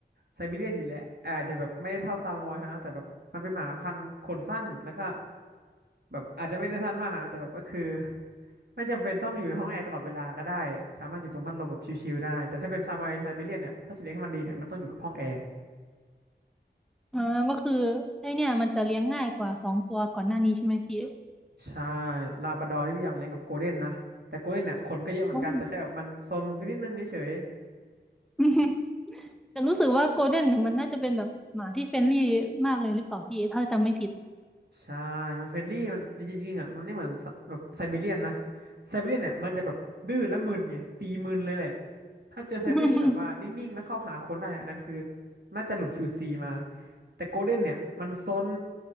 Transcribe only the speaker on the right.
ไซบีเรียนอยู่แล้วอาจจะแบบไม่ได้เท่าซามอยฮะแต่แบบมันเป็นหมาพันธุ์ขนสั้นแล้วก็แบบอาจจะไม่ได้สั้นมากฮนะแต่แบบก็คือไม่จำเป็นต้องอยู่ในห้องแอร์ตลอดเวลาก็ได้สามารถอยู่ตรงพัดลมแบบชิลๆได้แต่ถ้าเป็นซามอยไซบีเรียนเนี่ยถ้าจะเลี้ยงให้มันดีเนี่ยมันต้องอยู่กับห้องแอร์
ใช่ลาบราดอร์ที่พี่อยากเลี้ยงกับโกลเด้นนะแต่โกลเด้นเนี่ยขนก็เยอะเหมือนกันแต่แค่แบบมันซนไปนิดนึงเฉย
ๆใช่มันเฟรนลี่มันจริงๆอ่ะมันไม่เหมือนสแบบไซบีเรียนนะไซบีเรียนเนี่ยมันจะแบบดื้อและมึนไงตีมึนเลยแหละถ้าเจอไซบีเรียนที่แบบว่านิ่งๆแล้วเข้าหาคนได้เนี่ยอันนั้นคือ
น่าจะหลุด QC มาแต่โกลเด้นเนี่ยมันซน